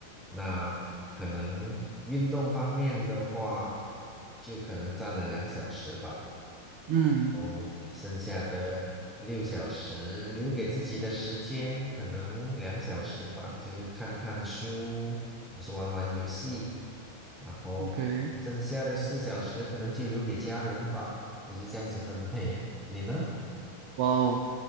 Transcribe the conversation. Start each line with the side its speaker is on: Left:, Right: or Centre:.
Centre: 那可能运动方面的话，就可能占了两小时吧。
Right: 嗯
Centre: 哦，剩下的六小时留给自己的时间可能两小时吧，就是看看书，就是玩玩游戏，然后剩下的四小时可能就留给家人吧，
Right: ，OK，
Centre: 我是这样子分配。你呢？
Right: 哇哦，